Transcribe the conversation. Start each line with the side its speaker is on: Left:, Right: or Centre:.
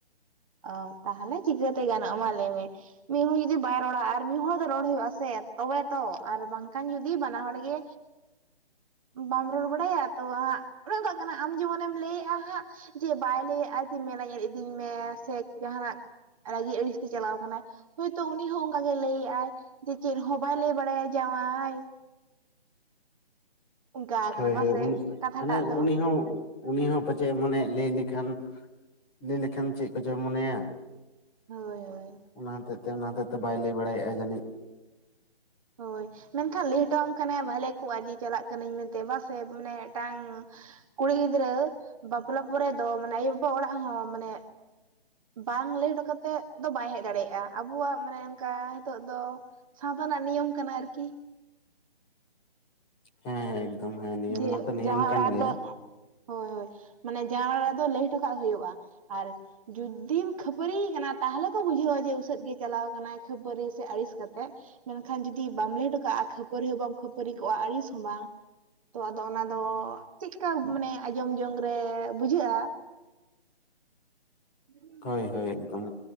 Right: ᱚ ᱛᱟᱦᱚᱞᱮ ᱪᱤᱠᱟᱹᱛᱮ ᱜᱟᱱᱚᱜ ᱢᱟ ᱞᱟᱹᱭᱢᱮ ᱢᱤᱫ ᱦᱚᱲ ᱡᱩᱫᱤ ᱵᱟᱭ ᱨᱚᱲᱟ ᱟᱨ ᱢᱤᱫ ᱦᱚᱲ ᱫᱚ ᱨᱚᱲ ᱦᱩᱭᱩᱜ ᱟᱥᱮ ᱛᱚᱵᱮ ᱛᱚ ᱟᱨ ᱵᱟᱝᱠᱷᱟᱱ ᱡᱩᱫᱤ ᱵᱟᱱᱟ ᱦᱚᱲ ᱜᱮ ᱵᱟᱢ ᱨᱚᱲ ᱵᱟᱲᱟᱭᱟ ᱛᱚ ᱦᱟᱜ ᱚᱱᱮᱚᱱᱠᱟᱜ ᱠᱟᱱᱟ ᱟᱢ ᱡᱮᱢᱚᱱᱮᱢ ᱞᱟᱹᱭᱮᱜᱼᱟ ᱦᱟᱸᱜ ᱡᱮ ᱵᱟᱭ ᱞᱟᱹᱭᱮᱫᱼᱟ ᱢᱮᱞᱟ ᱧᱮᱞ ᱤᱫᱤᱧ ᱢᱮ ᱥᱮ ᱡᱟᱦᱱᱟᱜ ᱨᱟᱹᱜᱤ ᱟᱹᱲᱤᱥ ᱛᱮ ᱪᱟᱞᱟᱣ ᱠᱟᱱᱟ ᱦᱚᱳᱭᱛᱳ ᱩᱱᱤ ᱦᱚᱸ ᱚᱱᱠᱟᱜᱮ ᱞᱟᱹᱭᱮᱫᱼ ᱟᱭ ᱡᱮ ᱪᱮᱫ ᱦᱚᱸ ᱵᱟᱭ ᱞᱟᱹᱭ ᱵᱟᱲᱟᱭᱟ ᱡᱟᱶᱟᱭ ᱚᱱᱠᱟ ᱠᱟᱱᱟ
Left: ᱦᱳᱭ
Right: ᱵᱟᱥᱮ
Left: ᱦᱳᱭ ᱩᱱᱤ
Right: ᱠᱟᱛᱷᱟ
Left: ᱢᱟᱱᱮ
Right: ᱴᱟᱜ ᱫᱚ
Left: ᱩᱱᱤ ᱦᱚᱸ ᱩᱱᱤ ᱦᱚᱸ ᱯᱟᱪᱮᱫ ᱢᱚᱱᱮ ᱞᱟᱹᱭ ᱞᱮᱠᱷᱟᱱ ᱞᱟᱹᱭ ᱞᱮᱠᱷᱟᱱ ᱪᱮᱫ ᱠᱪᱚ ᱢᱚᱱᱮᱭᱟ
Right: ᱦᱳᱭ ᱦᱳᱭ
Left: ᱚᱱᱟ ᱦᱚᱛᱮᱡ ᱛᱮ ᱚᱱᱟ ᱦᱚᱛᱮᱡ ᱛᱮ ᱵᱟᱭ ᱞᱟᱹᱭ ᱵᱟᱲᱟᱭᱮᱫᱼᱟ ᱡᱟᱹᱱᱤᱡ
Right: ᱦᱳᱭ ᱢᱮᱱᱠᱷᱟᱱ ᱞᱮ ᱦᱚᱴᱚᱣᱟᱢ ᱠᱷᱟᱱᱟᱮ ᱵᱷᱟᱞᱮ ᱠᱚᱜᱟ ᱡᱮ ᱪᱟᱞᱟᱜ ᱠᱟᱱᱤᱧ ᱢᱮᱱᱛᱮ ᱵᱟᱥᱮ ᱢᱟᱱᱮ ᱢᱤᱫᱴᱟᱝ ᱠᱩᱲᱤ ᱜᱤᱫᱽᱨᱟᱹ ᱵᱟᱯᱞᱟ ᱯᱚᱨᱮ ᱫᱚ ᱢᱟᱱᱮ ᱟᱭᱳᱼᱵᱟᱵᱟ ᱚᱲᱟᱜ ᱦᱚᱸ ᱢᱟᱱᱮ ᱵᱟᱝ ᱞᱟᱹᱭ ᱦᱚᱴᱚ ᱠᱟᱛᱮᱫ ᱫᱚ ᱵᱟᱭ ᱦᱮᱡ ᱫᱟᱲᱮᱭᱟᱜᱼᱟ ᱟᱵᱚᱣᱟᱜ ᱢᱟᱱᱮ ᱚᱱᱠᱟ ᱱᱤᱛᱚᱜ ᱫᱚ ᱥᱟᱶᱛᱟ ᱨᱮᱭᱟᱜ ᱱᱤᱭᱚᱢ ᱠᱟᱱᱟ ᱟᱨᱠᱤ
Left: ᱦᱮᱸ ᱮᱠᱫᱚᱢ ᱦᱮᱸ ᱱᱤᱭᱚᱢ
Right: ᱡᱮ
Left: ᱢᱟᱛᱚ ᱱᱤᱭᱚᱢ
Right: ᱡᱟᱶᱟᱭ
Left: ᱠᱟᱱ
Right: ᱚᱲᱟᱜ
Left: ᱜᱮᱭᱟ
Right: ᱫᱚ ᱦᱳᱭ ᱦᱳᱭ ᱢᱟᱱᱮ ᱡᱟᱶᱟᱭ ᱚᱲᱟᱜ ᱨᱮᱫᱚ ᱞᱟᱹᱭ ᱦᱚᱴᱚ ᱠᱟᱜ ᱦᱩᱭᱩᱜᱼᱟ ᱟᱨ ᱡᱩᱫᱤᱢ ᱠᱷᱟᱹᱯᱟᱹᱨᱤᱭ ᱠᱟᱱᱟ ᱛᱟᱦᱞᱮ ᱡᱩᱫᱤᱢ ᱠᱷᱟᱹᱯᱟᱹᱨᱤᱭ ᱠᱟᱱᱟ ᱛᱟᱦᱚᱞᱮ ᱠᱚ ᱵᱩᱡᱷᱟᱹᱣᱟ ᱡᱮ ᱩᱥᱟᱹᱫ ᱜᱮ ᱪᱟᱞᱟᱣ ᱟᱠᱟᱱᱟᱭ ᱠᱷᱟᱹᱯᱟᱹᱨᱤ ᱥᱮ ᱟᱹᱲᱤᱥ ᱠᱟᱛᱮᱜ ᱢᱮᱱᱠᱷᱟᱱ ᱡᱩᱫᱤ ᱵᱟᱢ ᱞᱮ ᱦᱚᱴᱚ ᱠᱟᱜᱼᱟ ᱠᱷᱟᱹᱯᱟᱹᱨᱤ ᱦᱚᱸ ᱵᱟᱢ ᱠᱷᱟᱹᱯᱟᱹᱨᱤ ᱠᱚᱜᱼᱟ ᱟᱹᱲᱤᱥ ᱦᱚᱸ ᱵᱟᱝ ᱛᱚ ᱟᱫᱚ ᱚᱱᱟ ᱫᱚ ᱪᱮᱫᱠᱟ ᱢᱟᱱᱮ ᱟᱸᱡᱚᱢ ᱡᱚᱝ ᱨᱮ ᱵᱩᱡᱷᱟᱹᱜᱼᱟ <unintelligible>
Left: ᱦᱳᱭ ᱦᱳᱭ ᱮᱠᱫᱚᱢ